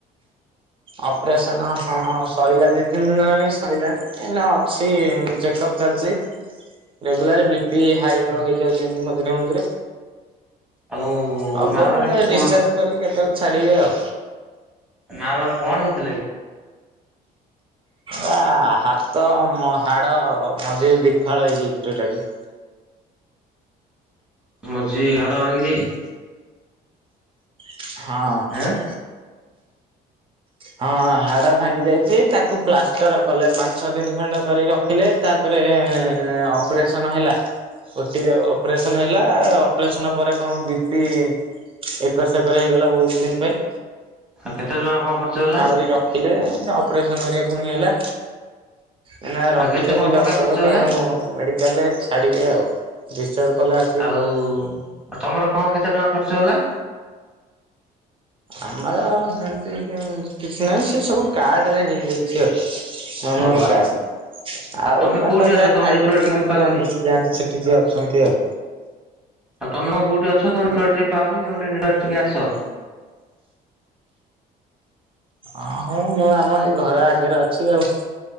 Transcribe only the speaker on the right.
ଅପରେସନ ହଁ ସରିଲା ଦି ତିନି ଦିନ ହେଲାଣି ସଇଲାଣି। ଏଇନା ଅଛି ଚେକ ଅପ ଚାଲିଛି।
ରେଗୁଲାର ବି ପି ହାଇ ଲୋ ହେଇଯାଉଛି ଏମିତି ମଝିରେ ମଝିରେ।
ହବ
ସେ
ଡିସଚାର୍ଜ କରିକି କେତେବେଳେ ଛାଡିବେ ଆଉ।
ଏବା ହାତ ମ ହାଡ ମଝିରେ ଦିଫାଳ ହେଇଯାଇଛି ଟୋଟାଲି।
ହଁ।
ହଁ ହାଡ ଭାଙ୍ଗି ଯାଇଛି ତାକୁ। ପ୍ଲାଷ୍ଟର କଲେ ପାଞ୍ଚ ଛଅ ଦିନ ଖଣ୍ଡେ କରି ରଖିଲେ ତାପରେ ଅପରେସନ ହେଲା। ଓଟିରେ ଅପରେସନ ହେଲା ଅପରେସନ ପରେ କଣ ବି ପି। ଏକର ସେକର ହେଇଗଲା ବହୁତ ଦିନ ପାଇଁ।
ବି ରଖିଲେ ଅପରେସନ ଘରିକା ପୁଣି ହେଲା। ଏଇନା ରଖିଛନ୍ତି
ଡକ୍ଟର
ତାଙ୍କୁ ମେଡିକାଲ ରେ ଛାଡିବେ ଆଉ। ଡିସଚାର୍ଜ କଲେ ଆ
ଆମର ସେମତି କି କିଛି ନାହିଁ ସେ ସବୁ କାର୍ଡ ରେ ହେଇଯାଇଛି। ଛି ମାମୁଁ
ଘର କାର୍ଡ ରେ। ଆଉ
ବାପା
ଯାହା
ଖାଇବେ
ପିଇବା
ନେ
ଯାହା ନେଇକି ଯାଆନ୍ତି ସେଠି ଯିଏ ଅଛନ୍ତି ଆଉ।
ଆ ହୁଁ ମୁଁ ଆମ ଏଇ ଘର ଆଗରେ ଅଛି ଆଉ।